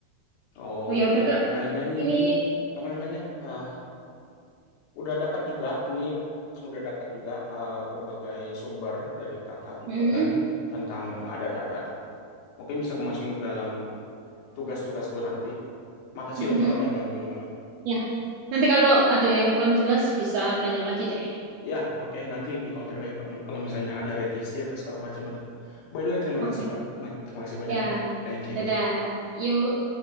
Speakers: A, on the left; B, on the right.
A: Oke
B: oh ya udah
A: lah
B: Kak
A: kak, kayaknya
B: ini
A: ini apa namanya? eh, udah dapat juga ini udah dapat juga eh, berbagai sumber dari kakak juga
B: Mm-mm.
A: kan tentang adat-adat. Mungkin bisa kemasukin ke dalam tugas-tugasku nanti. Makasih
B: Mm-mm.
A: loh kak udah bantuin banget.
B: ya nanti kalau ada yang kurang jelas bisa tanya lagi deh
A: Ya, oke nanti di kontak lagi kalau kalau misalnya ada revisi atau segala macam. By the way, terima
B: oke
A: kasih kak. Ba- Terima kasih banyak.
B: ya
A: ya. Thank you.
B: dadah yuk